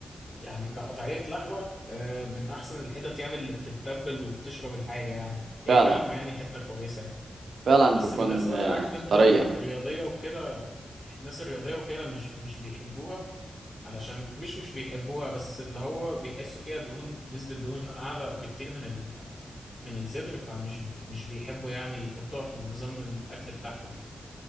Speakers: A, on the left (about 80°); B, on the right (about 85°).
A: يعني كقطعية لحمة آه، من أحسن الحتت يعني اللي بتتبل وبتشرب الحاجة يعني هي
B: فعلا
A: كلحمة يعني حتة كويسة يعني
B: فعلا
A: بس
B: بكون
A: الناس بقى
B: آه،
A: عارف أنت
B: طرية
A: ال- الرياضية وكده الناس الرياضية وكده مش مش بيحبوها علشان مش مش بيحبوها بس اللي هو بيحسوا فيها دهون نسبة دهون أعلى بكتير من ال... من الصدر فمش مش بيحبوا يعني يحطوها في نظام الأكل بتاعهم يعني